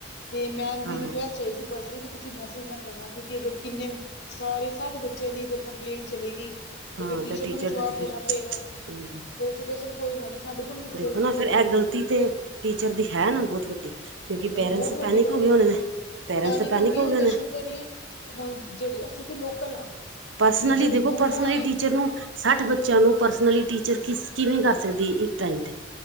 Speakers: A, on the left; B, on the right.
A: ਤੇ ਮੈਮ
B: ਹਾਂ,
A: ਦੀ ਰਿਕੁਐਸਟ ਆਈ ਸੀ। ਕਿ ਤੁਸੀਂ ਮੈਸੇਜ ਨਾ ਕਰਨਾ ਕਿਉਂਕਿ ਅਗਰ ਕਿੰਨੇ ਸਾਰੇ ਸੱਠ ਬੱਚਿਆਂ ਦੀ ਅਗਰ ਕੰਪਲੇਂਟ ਚਲੇਗੀ ਤੇ
B: ਹਾਂ
A: ਫਿਰ ਟੀਚਰ ਨੂੰ ਵੀ ਜਵਾਬ
B: ਦੇ ਤੇ ਫਿਰ
A: ਦੇਣਾ
B: ਹੂੰ,
A: ਪਏਗਾ ਫੇਰ ਅਸੀਂ ਕਿਹਾ ਚਲ ਕੋਈ ਗੱਲ ਨੀ ਸਾਡੇ ਕੋਲ ਵੀ ਤੇ
B: ਦੇਖੋ
A: ਗ਼ਲਤੀ
B: ਨਾ
A: ਹੋ
B: ਫਿਰ
A: ਜਾਂਦੀ
B: ਇਹ ਗ਼ਲਤੀ
A: ਹੈ ਬਈ
B: ਤੇ ਟੀਚਰ ਦੀ ਹੈ ਨਾ ਬਹੁਤ ਵੱਡੀ ਕਿਉਂਕਿ
A: ਨਹੀਂ
B: ਪੇਰੈਂਟਸ
A: ਬਹੁਤ ਵੱਡੀ
B: ਪੈਨਿਕ
A: ਗਲਤੀ
B: ਹੋ ਗਏ ਹੋਣੇ
A: ਹੈ
B: ਨੇ ਪੇਰੈਂਟਸ
A: ਪੈਨਿਕ
B: ਤੇ
A: ਹੋ ਗਈ ਉਹ
B: ਗਏ
A: ਤੇ
B: ਨੇ
A: ਸ਼ੁੱਕ ਘਰੀ ਹੁਣ ਜਿਹੜੇ ਅਸੀਂ ਤੇ ਲੋਕਲ ਆ।
B: ਪਰਸਨਲੀ
A: ਤੇ ਜਿਹੜੇ
B: ਦੇਖੋ
A: ਦੂਰੋਂ
B: ਪਰਸਨਲੀ
A: ਆਏ
B: ਟੀਚਰ ਨੂੰ ਸੱਠ ਬੱਚ ਬੱਚਿਆਂ ਨੂੰ ਪਰਸਨਲੀ ਟੀਚਰ ਕਿਸ ਕਿਵੇਂ ਕਰ ਸਕਦੀ ਇੱਕ ਟਾਈਮ ਤੇ।